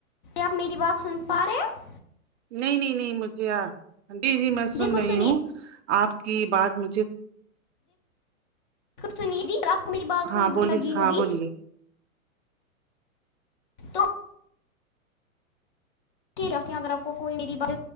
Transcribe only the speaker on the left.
آپ میری بات سن پا رہے ہیں
ہیں
دیکھو
سنیے
سنی جی آپ کو میری بات
کوئی
لگی
ہوگی
تو اس کی لکھیں اگر آپ کوئی مری بات